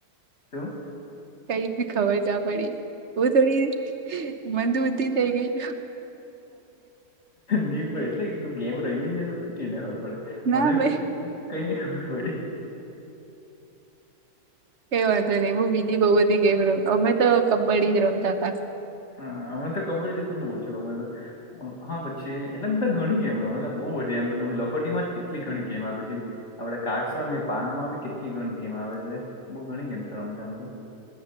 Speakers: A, on the left (about 45°); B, on the right (about 45°).
A: શું?
B: કઈ બી ખબર ના પડી બ-થોડી મંદબુદ્ધિ થેઈ ગેઈ
A: ની પડે એટલે તું ગેમ રયમી ની તો પછી કેને હબ પડે
B: ના
A: મને
B: મે
A: કઈ ની ખબર પડી
B: કે વાંધો ની એવું બીજી બઉુ બધી ગેમ રમ અમે તો કબ્બડી જ રમતા તા
A: હ અમે તો કબડ્ડી તો બો જ રમેલ અમ હા પછી એટલેમ તો ઘણી ગેમ રમેલા બો બધી એમ-અમ લખોટીમાં જ કેટ-કેટલી ઘણી ગેમ આવ પછી આપડે કાર્ડસ રમીયે, પાનામાં ભી કેટલી ઘણી ગેમ આવે એટલે બો ઘણી ગેમ તો રમેલા અમ તો